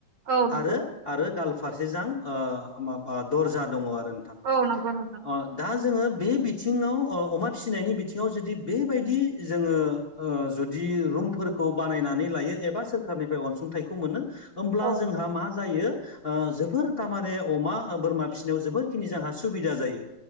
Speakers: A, on the right; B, on the left.
A: औ नंगौ
B: आरो आरो गाल फारसे जां ओ माबा दर्जा दङ आरो नोंथां।
A: औ नंगौ नोंथां
B: अ दा जोङो बे बिथिङाव अ अमा फिसिनायनि बिथिङाव जुदि बेबायदि जोङो ओ जुदि रुमफोरखौ बानायनानै लायो एबा सोरखारनिफ्राय अनसुंथाइखौ मोनो होमब्ला
A: औ
B: जोंहा मा जायो जोबोर थारमाने अमा बोरमा फिसिनायाव जोबोरखिनि जोंहा सुबिदा जायो।